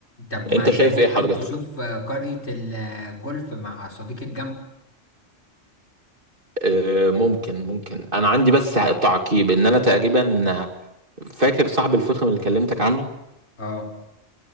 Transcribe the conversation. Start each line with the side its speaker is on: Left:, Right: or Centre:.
Left: طب ما
Right: انت
Left: انت
Right: شايف
Left: ممكن
Right: ايه حضرتك
Left: تشوف آه، قرية الجولف مع صديق الجامعة
Right: أه ممكن ممكن انا عندي بس تعقيب ان انا تقريبا فاكر صاحب الفخم اللي كلمتك عنه
Left: اه